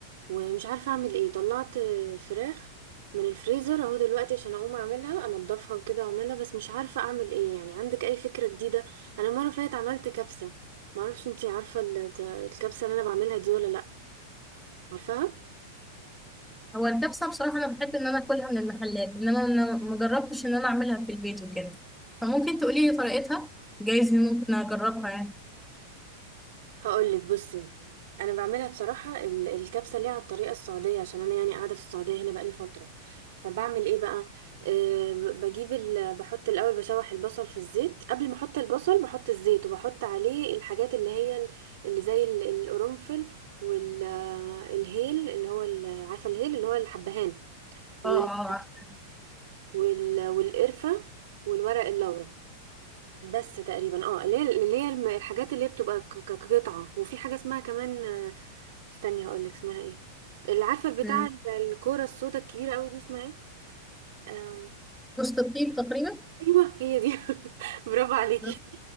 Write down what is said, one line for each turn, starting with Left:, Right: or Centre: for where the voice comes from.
Right: ومش عارفه اعمل ايه طلعت آه، فراخ من الفريزر اهو دلوقتي عشان اقوم اعملها انضفها وكده واعملها بس مش عارفه اعمل ايه يعني عندك اي فكره جديده انا المره اللي فاتت عملت كبسه ما اعرفش انتي عارفه الت- الكبسه اللي انا بعملها دي ولا لا عارفاها
Centre: هو الكبسه بصراحه انا بحب ان انا اكلها من المحلات انما انا ما جربتش ان انا اعملها في البيت وكده فممكن تقولي لي طريقتها جايز إن ممكن اجربها يعني
Right: هقولك بصي انا بعملها بصراحه ال- الكبسه اللي هي على الطريقه السعوديه عشان انا يعني قاعده في السعوديه هنا بقالي فتره فبعمل ايه بقى أه ب- بجيب ال... بحط الاول بشوح البصل في الزيت قبل ما احط البصل بحط الزيت وبحط عليه الحاجات اللي هي ال- اللي زي ال- القرنفل والهيل اللي هو ال- عارفه الهيل اللي هو الحبهان وال...
Centre: اه اه عارفه
Right: وال... والقرفه والورق اللورا بس تقريبا اه اللي هي اللي هي الم- الحاجات اللي هي بتبقى ك- ك- كقطعة وفي حاجة اسمها كمان آه، استني هقولك اسمها ايه اللي عارفة بتاع
Centre: مم.
Right: الكورة السودا الكبيرة قوي دي اسمها ايه آم،
Centre: وسط الطيب تقريبا
Right: ايوه هي دي <laughs> برافو عليكي
Centre: مم.